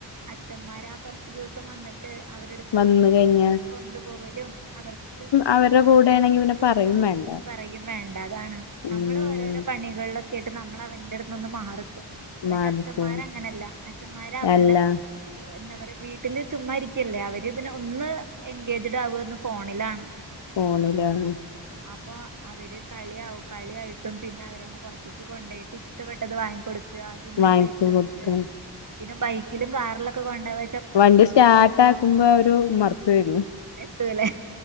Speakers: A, on the right; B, on the left.
A: അച്ഛന്മാരാ കൊറച്ച് ദിവസം വന്നിട്ട് ട്ട് അവരടുത്ത്
B: വന്ന് കഴിഞ്ഞ
A: കൊണ്ടുപോവലും അവർക്ക്
B: അവരടെ കൂടാണെങ്കി പിന്നെ പറയും വേണ്ട.
A: പറയും വേണ്ട അതാണ്
B: ഉം
A: നമ്മള് ഓരോരോ പണികൾലൊക്കെയായിട്ട് നമ്മളവന്റെട് നൊന്ന് മാറിക്കും പക്ഷെ
B: മാർക്കും
A: അച്ഛന്മാരങ്ങനല്ല അച്ഛന്മാര് അവരടെ
B: എല്ലാം
A: എന്താ പറയ വീട്ടില് ചുമ്മ ഇരിക്കല്ലേ അവര് പിന്നെ ഒന്ന് എൻഗേജഡ് ആവന്ന് ഫോണിലാണ്.
B: ഫോണിലാണ്.
A: അപ്പ അവര് കളിയാവും കളിയായിട്ടും പിന്നവരന്നെ പൊറത്തേക്ക് കൊണ്ടേയിട്ട് ഇഷ്ടപ്പെട്ടത് വാങ്ങി കൊടുക്കാ തിന്നാൻ
B: വാങ്ങിച്ചു
A: വേടിച്ചൊടുക്ക
B: കൊടുക്കും
A: പിന്നെ ബൈക്കിലും കാറിലൊക്കെ കൊണ്ടവൻ
B: വണ്ടി സ്റ്റാർട്ടാക്കുമ്പ അവരുമ്മറത്തു വരു.
A: എത്തൂലേ